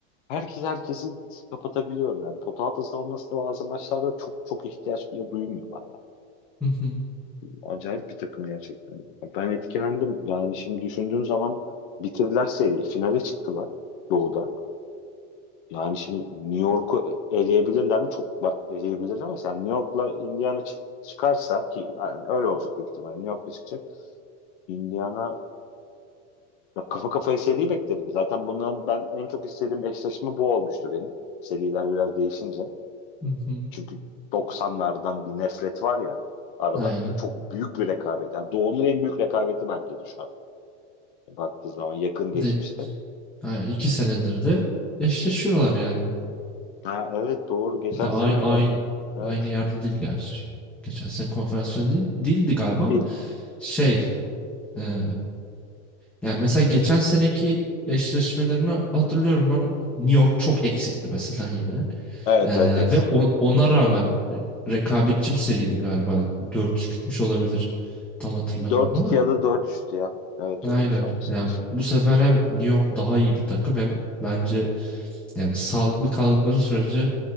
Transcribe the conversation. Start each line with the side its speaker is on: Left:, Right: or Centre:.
Left: Herkes herkesi kapatabiliyor yani. Pota altı savunması da bazı maçlarda çok çok ihtiyaç bile duymuyorlar yani.
Centre: Hı hı,
Left: Acayip bir takım gerçekten. Ben etkilendim. Yani şimdi düşündüğün zaman bitirdiler seriyi. Finale çıktılar Doğu'da. Yani şimdi New York'u e, eleyebilirler mi? Çok ba- eleyebilirler ama yani New York'la Indiana çık- çıkarsa ki yani öyle olacak büyük ihtimalle New York'la çıkacak. Indiana ya kafa kafaya seri beklerim. Zaten bundan ben en çok istediğim eşleşme bu olmuştu benim. Seriler biraz değişince.
Centre: hı hı.
Left: Çünkü doksanlardan bir nefret var ya aralarında.
Centre: Aynen.
Left: Çok büyük bir rekabet. Yani Doğu'nun en büyük rekabeti belki de şu an. Baktığın zaman yakın geçmişte.
Centre: De Yani iki senedir de eşleşiyorlar yani.
Left: Ha, evet doğru. Geçen
Centre: Bir de ay-
Left: sene
Centre: aynı
Left: de evet
Centre: aynı yerde değil gerçi. Geçen sene konferansiyon değil, değildi galiba ama
Left: değil.
Centre: şey
Left: Hı-hı.
Centre: e, yani mesela geçen seneki eşleşmelerini hatırlıyorum ben O- New York çok eksikti mesela yine.
Left: Evet
Centre: E,
Left: evet eksikti.
Centre: ve o- ona rağmen rekabetçi bir seriydi galiba. 4-3 bitmiş olabilir. Tam hatırlamıyorum
Left: Dört
Centre: ama
Left: iki ya da dört 3tü ya. Evet
Centre: aynen.
Left: öyle bir şey olması
Centre: Yani
Left: lazım.
Centre: bu sefer hem New York daha iyi bir takım hem bence Yani sağlıklı kaldıkları sürece